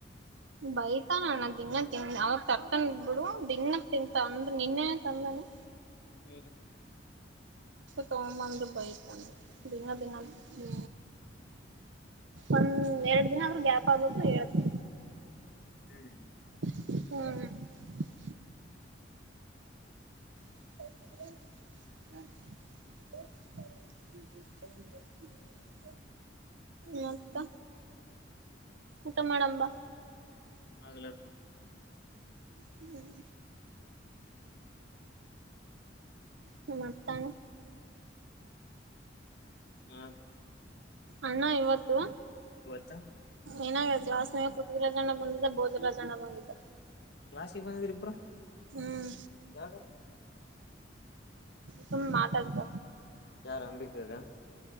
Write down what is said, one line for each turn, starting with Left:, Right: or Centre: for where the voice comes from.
Right: ಬೈ ನ ತಿನ್ನ ತಿಿಂದ ಅವಾಗ ತರ್ತ ನಡು ದನ್ನ ತಿಂತ ಅಂದ ನಿನ್ನೆ ತಂದನು
Left: ಹೂ
Right: ತಗೊಂದ ಬೈತಾನ ದಿನ ದಿನ ಹೂ ಒಂದ ಎರಡು ಿನ ಅವ್ರರು ಗ್ಯಾಪ್ ಆಗ್ಬೇಕು ಹೇಳ್ನಿ
Left: ಹ್ಮ್
Right: ಹೂ ಹ ಮತ್ತ ಊಟ ಮಾಡೋಣ ಬಾ
Left: ಅಗಲಿ
Right: ಹ್ಮ್ ಹ್ಮ ಮತ್ತಾನ
Left: ಹಾ
Right: ಅಣ್ಣ ಇವತ್ತು
Left: ಬ ಚಾ
Right: ಏನಾಗ ಆಸ್ನೇ ಪೃಥ್ವಿರಾಜ ಅಣ್ಣ ಬಂದಿದ್ದ ಭೋಜರಾಜ ಅಣ್ಣ ಬಂದಿದ್ದ
Left: ಕ್ಲಾಾಸಿಗೆ ಬಂದಿದ್ರರಿಬ್ರ
Right: ಹ್ಮ್
Left: ಯಾವಾಗತ್ತ
Right: ಸುಮ್ ಮಾತಾಡ್ತ
Left: ಯಾರು ಅಂಬಿಕರ